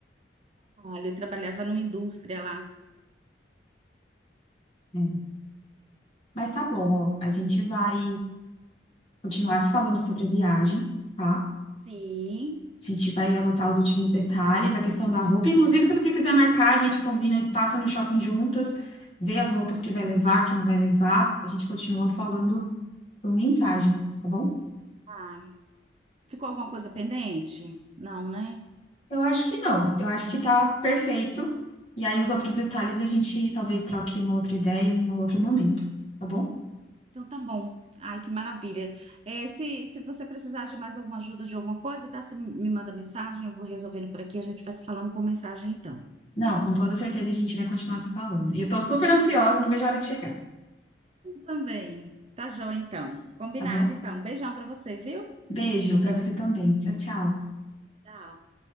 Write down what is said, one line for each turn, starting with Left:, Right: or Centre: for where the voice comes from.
Right: trabalho. Eu trabalhava numa indústria lá.
Left: <laughs> É. Mas tá bom, ó. A gente vai continuar se falando sobre a viagem, tá?
Right: Sim.
Left: A gente vai anotar os últimos detalhes, a questão da roupa. Inclusive, se você quiser marcar, a gente combina, passa no shopping juntas, vê as roupas que vai levar, que não vai levar. A gente continua falando por mensagem, tá bom?
Right: Ah, ficou alguma coisa pendente? Não, né?
Left: Eu acho que não. Eu acho que tá perfeito. E aí, os outros detalhes a gente talvez troque uma outra ideia em um outro momento, tá bom?
Right: Então tá bom. Ai, que maravilha. É, se, se você precisar de mais alguma ajuda de alguma coisa, tá? Você me manda mensagem, eu vou resolvendo por aqui. A gente vai se falando por mensagem então.
Left: Não, com toda certeza a gente vai continuar se falando. E eu tô super ansiosa, não vejo a hora de chegar,
Right: Também. Tá joia, então. Combinado,
Left: tá bom?
Right: então. Beijão pra você, viu?
Left: Beijo pra você também. Tchau, tchau.
Right: Tchau.